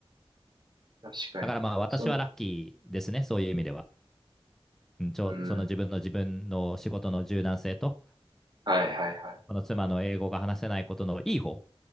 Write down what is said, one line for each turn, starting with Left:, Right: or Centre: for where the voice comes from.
Right: 確かに。
Centre: だからまあ私はラッキーですね、
Right: その、
Centre: そういう意味では。うん、ちょその自分の自分の仕事の柔軟性と、
Right: うん。はいはいはい。
Centre: この妻の英語が話せないことのいい方